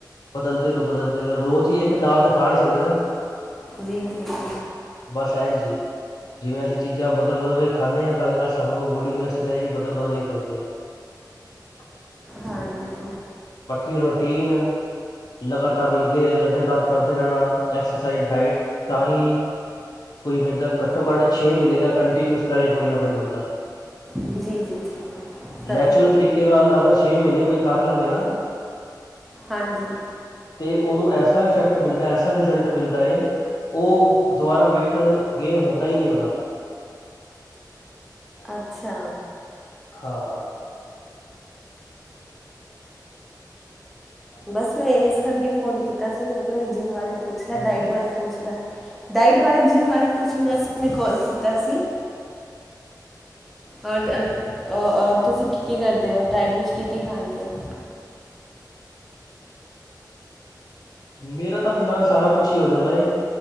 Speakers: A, on the left; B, in the centre.
A: ਬਦਲਦੇ ਲੋ। ਬਦਲਦੇ ਰੋਜ਼ ਹੀ ਇੱਕ ਦਾਲ ਤਾਂ ਖਾ ਨਹੀਂ ਸਕਦੇ ਨਾ।
B: ਜੀ, ਜੀ, ਜੀ।
A: ਬ ਸਹਿ ਜੀ ਜਿਵੇਂ ਅਸੀਂ ਚੀਜ਼ਾਂ ਬਦਲ, ਬਦਲ ਕੇ ਖਾਂਦੇ ਸਾਨੂੰ ਬੋਡੀ ਨੂੰ ਐਕਸਰਸਾਈਜ਼ ਵੀ ਬਦਲ, ਬਦਲ ਕੇ ਕਰਦੇ ਹ <unintelligible>
B: ਹਾਂਜੀ
A: ਬਾਕੀ ਰੂਟੀਨ ਲਗਾਤਾਰ ਲੱਗੇ ਲਗਾਤਾਰ ਕਰਦੇ ਰਹਿਣਾ ਐਕਸਰਸਾਈਜ਼ ਡਾਇਟ ਤਾਂ ਹੀ ਕੋਈ ਮਤਲਬ ਘੱਟੋ ਘੱਟ ਛੇ ਮਹੀਨੇ ਦਾ ਕੰਟੀਨਿਊਸ ਕਰੇ ਕੋਈ ਨਾ ਕੋਈ ਬੰਦਾ।
B: ਜੀ, ਜੀ, ਜੀ। ਤਾਂ
A: ਨੈਚੁਰਲ ਤਰੀਕੇ ਨਾਲ ਅਗਰ ਛੇ ਮਹੀਨੇ ਕੋਈ ਕਰ ਲਵੇ ਨਾ।
B: ਹਾਂਜੀ।
A: ਤੇ ਉਹਨੂੰ ਐਸਾ ਇਫੈਕਟ ਮਿਲਦਾ, ਐਸਾ ਰਿਜ਼ਲਟ ਮਿਲਦਾ ਹੈਏ ਉਹ ਦੁਬਾਰਾ ਵੇਟ ਗੇਨ ਹੁੰਦਾ ਹੀ ਨਹੀਂ ਉਹਦਾ।
B: ਅੱਛਾ।
A: ਹਾਂ। <unintelligible>
B: ਬਸ ਮੈਂ ਇਸ ਕਰਕੇ ਫੋਨ ਕੀਤਾ ਸੀ ਮੈਂ ਕਿਹਾ ਮ ਜਿੰਮ ਬਾਰੇ ਪੁੱਛਲਾ
A: ਹਾਂਜੀ
B: ਡਾਈਟ ਬਾਰੇ ਪੁੱਛਲਾ। ਡਾਇਟ ਬਾਰੇ ਜਿਮ ਬਾਰੇ ਪੁੱਛਣ ਵਾਸਤੇ ਮ ਕਾਲ ਕੀਤਾ ਸੀ ਹੋਰ ਹੋਰ ਤੁਸੀਂ ਕੀ ਕੀ ਕਰਦੇ ਹੋ ਡਾਇਟ ਵਿੱਚ ਕੀ ਕੀ ਖਾਂਦੇ ਹੋ?
A: ਮੇਰਾ ਤਾਂ ਫਿਲਹਾਲ ਸਾਰਾ ਕੁਛ ਹੀ ਹੋ ਜਾਂਦਾ ਏ